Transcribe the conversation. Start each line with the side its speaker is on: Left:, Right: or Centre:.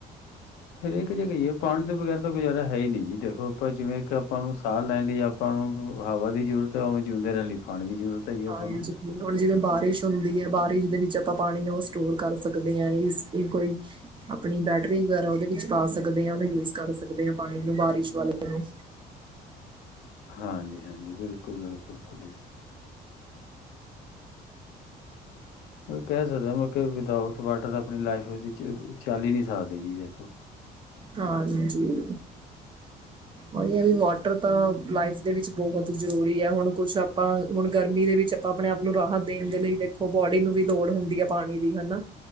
Left: ਹਰੇਕ ਜੇ ਕਹੀਏ ਪਾਣੀ ਤੋਂ ਬਗੈਰ ਤਾਂ ਗੁਜ਼ਾਰਾ ਹੈ ਹੀ ਨਹੀਂ ਜੀ ਦੇਖੋ ਆਪਾਂ ਜਿਵੇਂ ਕਿ ਆਪਾਂ ਨੂੰ ਸਾਹ ਲੈਣ ਲਈ ਆਪਾਂ ਨੂੰ ਹਵਾ ਦੀ ਜ਼ਰੂਰਤ ਵੇਂ ਜਿਉਂਦੇ ਰਹਿਣ ਲਈ ਪਾਣੀ ਦੀ ਜ਼ਰੂਰਤ ਹੈ ਜੀ
Right: ਹਾਂਜੀ।
Left: ਆਪਾਂ ਨੂੰ
Right: ਹੁਣ ਜਿਵੇਂ ਬਾਰਿਸ਼ ਹੁੰਦੀ ਹੈ। ਬਾਰਿਸ਼ ਦੇ ਵਿੱਚ ਆਪਾਂ ਪਾਣੀ ਉਹ ਸਟੋਰ ਕਰ ਸਕਦੇ ਹਾਂ ਕੋਈ ਆਪਣੀ ਬੈਟਰੀ ਵਗੈਰਾ ਉਹਦੇ ਵਿੱਚ ਪਾ ਸਕਦੇ ਹਾਂ ਉਹਨੂੰ ਯੂਜ ਕਰ ਸਕਦੇ ਹਾਂ ਪਾਣੀ ਨੂੰ ਬਾਰਿਸ਼ ਵਾਲੇ ਨੂੰ
Left: ਹਾਂਜੀ, ਹਾਂਜੀ। ਬਿਲਕੁਲ, ਬਿਲਕੁਲ ਤੁਹਾਡੀ ਮੈਂ ਕਹਿ ਸਕਦੇ ਮਤਲਬ ਕੇ ਵਿਦਊਟ ਵਾਟਰ ਤਾਂ ਆਪਣੀ ਲਾਈਫ ਚੱਲ ਹੀ ਨਹੀਂ ਸਕ ਦੇ ਜੀ ਦੇਖੋ
Right: ਹਾਂਜੀ ਓਹੀ ਹੈ ਵੀ ਵਾਟਰ ਤਾਂ ਲਾਈਫ ਦੇ ਵਿੱਚ ਬਹੁਤ ਜ਼ਰੂਰੀ ਹੈ ਹੁਣ ਕੁਛ ਆਪਾਂ ਹੁਣ ਗਰਮੀ ਦੇ ਵਿੱਚ ਆਪਾਂ ਆਪਣੇ ਆਪ ਨੂੰ ਰਾਹਤ ਦੇਣ ਦੇ ਲਈ ਦੇਖੋ ਬੋਡੀ ਨੂੰ ਵੀ ਲੋੜ ਹੁੰਦੀ ਹੈ ਪਾਣੀ ਦੀ ਹਨਾ